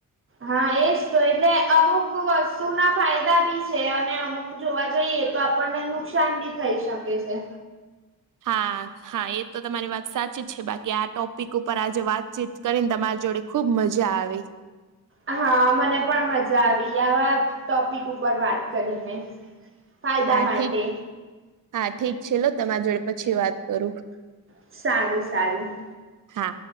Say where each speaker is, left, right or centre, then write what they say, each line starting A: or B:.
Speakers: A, on the right; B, on the right.
A: હા એજ તો એટલે અમુક વસ્તુ ના ફાયદા ભી છે અને અમુક જોવા જઈએ તો આપણને નુકસાન ભી થઈ શકે છે.
B: હા હા એ તો તમારી વાત સાચી જ છે બાકી આ ટોપિક ઉપર આજે વાતચીત કરીને તમારી જોડે ખુબ મજા આવી.
A: હા મને પણ મજા આવી આવા ટોપિક ઉપર વાત કરીને. ફાયદા
B: હા
A: માટે
B: ઠીક હા ઠીક છે લો તમારા જોડે પછી વાત કરું.
A: સારું સારું.
B: હા.